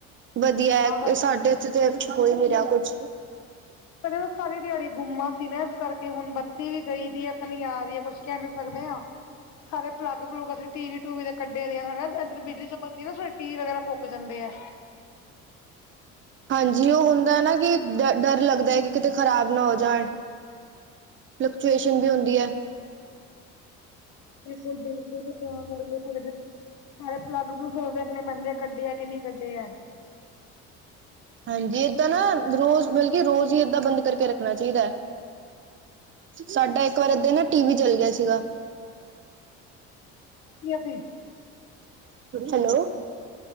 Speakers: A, on the right (about 40°); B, on the left (about 65°).
A: ਵਧੀਆ
B: ਤਾਂ ਕਰਕੇ
A: ਐ ਸਾਡੇ ਹੋਈ ਨੀ ਰਿਹਾ ਕੁਛ।
B: ਕਦੇ ਤਾਂ ਸਾਰੀ ਦਿਹਾੜੀ ਗੁੰਮਾ ਸੀ ਨਾ ਏਸ ਕਰਕੇ ਹੁਣ ਬੱਤੀ ਵੀ ਗਈ ਦੀ ਐ ਤਾਂ ਨੀ ਆ ਰਹੀ ਐ ਕੁਛ ਕਹਿ ਸਕਦੇ ਹਾਂ, ਸਾਰੇ ਪਲੱਗ -ਪਲੁਗ ਅਸੀ ਟੀਵੀ -ਟੂਵੀ ਦੇ ਕੱਢੇ ਦੇ ਆ, ਹੈਨਾ ਏਧਰ ਬਿਜਲੀ ਚਮਕਦੀ ਏ ਨਾ ਸਾਡੇ ਟੀਵੀ ਵਗੈਰਾ ਫੁਕ ਜਾਂਦੇ ਐ।
A: ਹਾਂਜੀ ਓ ਹੁੰਦਾ ਐ ਨਾ, ਕਿ ਡ ਡਰ ਲੱਗਦਾ ਐ ਕਿ ਕਿਤੇ ਖ਼ਰਾਬ ਨਾ ਹੋ ਜਾਣ, ਫਲਕਚੁਏਸ਼ਨ ਵੀ ਹੁੰਦੀ ਐ।
B: ਬਿਲਕੁਲ- ਬਿਲਕੁਲ, ਤੇ ਤਾਂ ਆ ਕਰਕੇ ਥੋੜੇ ਦਿਨ ਸਾਰੇ ਪਲੱਗ- ਪਲੁਗ ਵੇਖਣੇ ਪੈਂਦੇ ਐ, ਕੱਢੇ ਐ ਕਿ ਨਹੀਂ ਕੱਢੇ ਐ।
A: ਹਾਂਜੀ, ਏਦਾਂ ਨਾ ਰੋਜ਼ ਬਲਕਿ ਰੋਜ਼ ਈ, ਏਦਾਂ ਬੰਦ ਕਰਕੇ ਰੱਖਣਾ ਚਾਹੀਦਾ ਐ। ਸਾਡਾ ਇਕ ਵਾਰ ਏਦਾਂ ਈ ਨਾ, ਟੀਵੀ ਜਲ ਗਿਆ ਸੀਗਾ।
B: ਕੀ ਅਸੀਂ
A: ਹੈਲੋ।